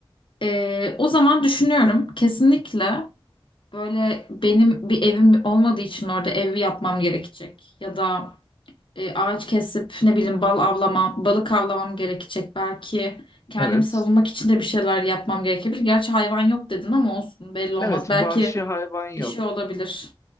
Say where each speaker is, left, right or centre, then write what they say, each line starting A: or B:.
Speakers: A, on the left; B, on the left.
A: Ee, o zaman düşünüyorum. Kesinlikle böyle benim bir evim olmadığı için orada ev yapmam gerekecek. Ya da e, ağaç kesip ne bileyim bal avlama, balık avlamam gerekecek belki. Kendimi
B: Evet.
A: savunmak için de bir şeyler yapmam gerekebilir. Gerçi hayvan yok dedin ama olsun belli olmaz.
B: Evet,
A: Belki
B: vahşi hayvan yok.
A: bir şey olabilir.